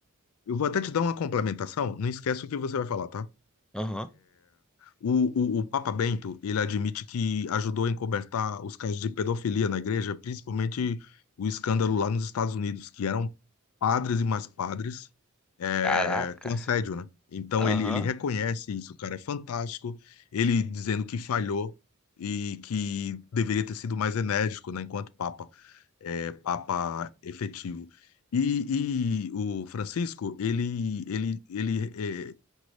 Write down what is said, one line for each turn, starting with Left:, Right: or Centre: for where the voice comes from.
Left: eu vou até te dar uma complementação. Não esquece o que você vai falar, tá?
Centre: Aham.
Left: O, o, o Papa Bento, ele admite que ajudou a encobertar os casos de pedofilia na igreja, principalmente o escândalo lá nos Estados Unidos, que eram padres e mais padres é,
Centre: Caraca.
Left: com assédio, né? Então
Centre: Aham.
Left: ele, ele reconhece isso, cara, é fantástico. Ele dizendo que falhou e que deveria ter sido mais enérgico, né, enquanto Papa, é, Papa efetivo. E, e o Francisco, ele, ele, ele é,